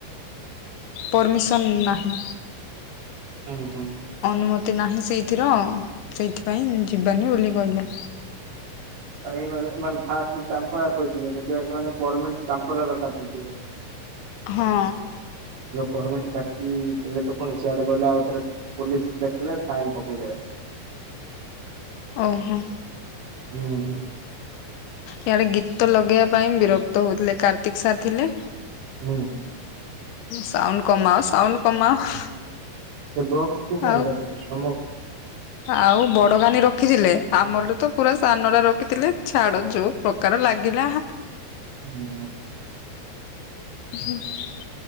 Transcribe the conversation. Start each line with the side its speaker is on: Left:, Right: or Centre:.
Left: ପରମିସନ ନାହିଁ,
Right: ହୁଁ ହୁଁ।
Left: ଅନୁମତି ନାହିଁ, ସେଇ ସେଇଥିପାଇଁ ଯିବାନି ବୋଲି କହିଲେ
Right: କାହିଁକି ନା- ଏମାନେ ଫାଷ୍ଟ ଟାମ୍ପରା କହିଥିଲେ ସେଥିପାଇଁ ସେମାନେଟାମ୍ପର କାଟିଥିଲେ।
Left: ହଁ
Right: ପରମ <unintelligible> କାଟିଥିଲେ ତ ପୁଣି, ସିଆଡେ ଗଲେ ଆଉ ଥରେ ପୋଲିସ ଦେଖିଲ ଫାଇନ ପକେଇଦେବେ।
Left: ଓହୋ।
Right: ହୁଁ ହୁଁ।
Left: ଇଆଡେ ଗୀତ ଲଗେଇବା ପାଇଁ ବିରକ୍ତ ହଉଥିଲେ। କାର୍ତିକ ସାର୍ ଥିଲେ
Right: ହୁଁ।
Left: ସାଉଣ୍ଡ କମାଅ, ସାଉଣ୍ଡ କମାଅ
Right: ସେ ବକ୍ସ କୁଉ କ
Left: ଆଉ
Right: ରଖ <unintelligible>
Left: ଆଉ ବଡନାନୀ ରଖିଥିଲେ, ଆମରୁ ତ ପୁରା ସାନ ଟା ରଖିଥିଲେ ଛାଡ ଯୋଉ ପ୍ରକାର ଲାଗିଲା।
Right: ହୁଁ ହୁଁ।
Left: ହଁ <unintelligible>